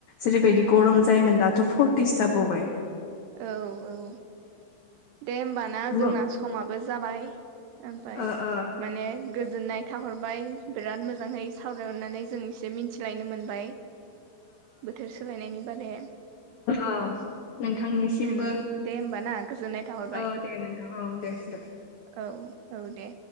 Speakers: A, on the left; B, on the right.
A: जेरैबायदि गरम जायोमोन दाथ' फर्टिसो जाबावबाय।
B: औ औ। दे होमबाना
A: ओ
B: जोंना समाबो जाबाय ओमफाय
A: ओ
B: माने गोजोननाय थाहर बाय बिराद मोजांहै सावरायहरनानै जों एसे मिथिलायनो मोनबाय। बोथोर सोलायनायनि बारे
A: औ नोंथांनिसिमबो
B: उम दे होमबा ना गोजोननाय थाहरबाय
A: औ दे नोंथां औ दे दे
B: औ औ दे